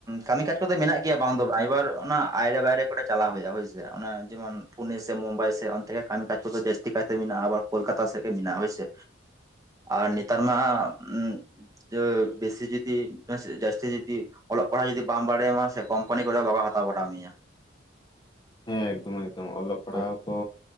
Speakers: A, on the right; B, on the left.
A: ᱠᱟᱹᱢᱤ ᱠᱟᱡᱽ ᱠᱚᱫᱚ ᱢᱮᱱᱟᱜ ᱜᱮᱭᱟ ᱵᱟᱝ ᱫᱚ ᱵᱟᱝ ᱮᱵᱟᱨ ᱚᱱᱟ ᱟᱭᱨᱮ ᱵᱟᱭᱨᱮ ᱠᱚᱨᱮ ᱪᱟᱞᱟᱣ ᱦᱩᱭᱩᱜ-ᱟ ᱦᱳᱭᱥᱮ ᱡᱮᱢᱚᱱ ᱯᱩᱱᱮ ᱥᱮ ᱢᱩᱢᱵᱟᱭ ᱥᱮ ᱚᱱᱛᱮ ᱨᱮ ᱠᱟᱹᱢᱤ ᱠᱟᱡ ᱠᱚᱫᱚ ᱡᱟᱥᱛᱤ ᱠᱟᱭ ᱛᱮ ᱢᱮᱱᱟᱜ-ᱟ ᱟᱵᱟᱨ ᱠᱳᱞᱠᱟᱛᱟ ᱥᱮᱜ ᱜᱮ ᱢᱮᱱᱟᱜ-ᱟ ᱦᱳᱭ ᱥᱮ ᱟᱨ ᱱᱮᱛᱟᱨ ᱢᱟ ᱩ ᱡᱳᱨ ᱵᱮᱥ ᱡᱫᱤ ᱡᱟᱥᱛᱤ ᱡᱫᱤ ᱚᱞᱚᱜ ᱯᱟᱲᱦᱟᱜ ᱡᱩᱫᱤ ᱵᱟᱢ ᱵᱰᱟᱭᱟᱢᱟ ᱥᱮ ᱠᱳᱢᱯᱟᱱᱤ ᱠᱚᱨᱮ ᱦᱚᱸ ᱵᱟᱠᱚ ᱦᱟᱛᱟᱣ ᱵᱟᱲᱟ ᱢᱮᱭᱟ᱾
B: ᱦᱮᱸ ᱮᱠᱫᱚᱢ ᱮᱠᱫᱚᱢ ᱚᱞᱚᱜ ᱯᱟᱲᱦᱟᱣ
A: ᱦᱳᱭ
B: ᱠᱚ